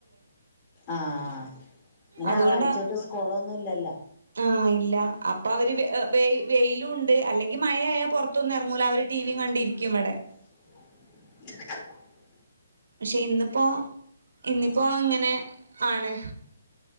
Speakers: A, on the left; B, on the right.
A: ആഹ് ഇന്ന് ഞായറാഴ്ച്ചായിട്ട്
B: അതുകൊണ്ടാ
A: സ്കൂളൊന്നും ഇല്ലല്ല
B: ആഹ് ഇല്ല അപ്പൊ അവര് വെ വെയിലൂണ്ട് അല്ലെങ്കി മയായാ പൊറത്തൊന്നും എറങ്ങൂല അവര് ടി വീം കണ്ടിരി ക്കും ഇവടെ
A: <inaudible>
B: പക്ഷെ ഇന്നിപ്പോ ഇന്നിപ്പോ ഇങ്ങനെ ആണ്